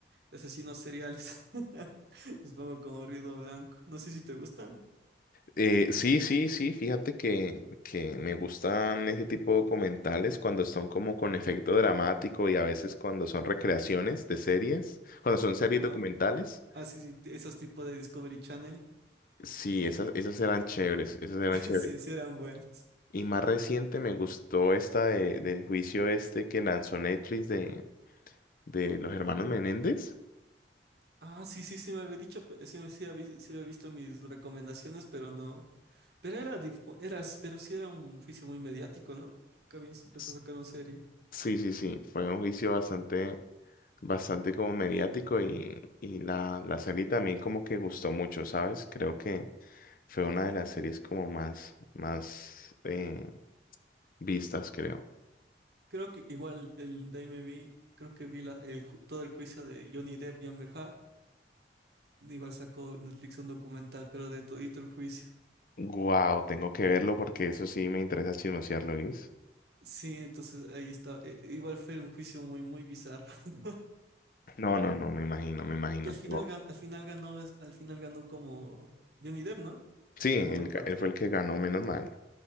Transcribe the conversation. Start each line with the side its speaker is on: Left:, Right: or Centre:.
Right: de asesinos seriales. <laughs> Les pongo como ruido blanco. No sé si te gustan.
Left: Eh, sí, sí, sí, fíjate que, que me gustan ese tipo de documentales cuando son como con efecto dramático y a veces cuando son recreaciones de series, cuando son series
Right: Ah,
Left: documentales.
Right: Ah, sí, sí, t- esos tipos de Discovery Channel.
Left: Sí, esas, esas eran chéveres, esas eran
Right: <laughs>
Left: chéveres.
Right: Sí, sí eran buenos.
Left: Y más reciente me gustó esta de- del juicio este que lanzó Netflix de, de los hermanos Menéndez.
Right: Ah, sí, sí, sí me había dicho, pe- sí, sí, habí- sí había visto mis recomendaciones, pero no. Pero era, dif- eras, pero sí era un juicio muy mediático, ¿no? Que habían sa- que
Left: S-
Right: se sacaron serie.
Left: Sí, sí, sí, fue un juicio bastante, bastante como mediático y, y la, la serie también como que gustó mucho, ¿sabes? Creo que fue una de las series como más, más eh, vistas, creo.
Right: Creo que igual el de ahí me vi, creo que vi la- el, ju- todo el juicio de Johnny Depp y Amber Heard. Igual sacó Netflix un documental, pero de todito el juicio.
Left: Wow, tengo que verlo porque eso sí me interesa chismosearlo, ¿viste?
Right: Sí, entonces ahí está. E- e, igual fue un juicio muy, muy bizarro. <laughs>
Left: No, no, no, me imagino, me imagino.
Right: Y al final,
Left: Tengo...
Right: gan- al final ganó, es- al final ganó como Johnny Depp, ¿no?
Left: Sí, él,
Right: No me acuerdo.
Left: ga- él fue el que ganó, menos mal.